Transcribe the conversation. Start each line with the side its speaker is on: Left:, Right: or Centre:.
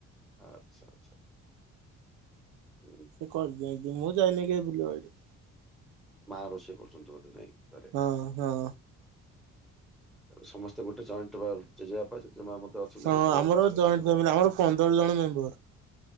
Centre: ଆଚ୍ଛା। ହୁଁ।
Right: ସେ କରିଦିଅନ୍ତି ମୁଁ ଯାଇନି କେବେ ବିଲବାଡି।
Centre: ମା ରୋଷେଇ କରୁଚନ୍ତି ବୋଧେ ନାଇଁ ଘରେ।
Right: ହଁ-ହଁ।
Centre: ସମସ୍ତେ ଗୋଟେ <unintelligible> ଜେଜେବାପା ଜେଜେମା ଅଛନ୍ତି
Right: ହଁ
Centre: ଗୋଟେ ଘରେ
Right: ଆମର
Centre: ରୋଷେଇ ବାସ
Right: ଜଏଣ୍ଟ
Centre: କରେ
Right: ଫ୍ୟାମିଲି ଆମର ପନ୍ଦର ଜଣ ମେମ୍ବର।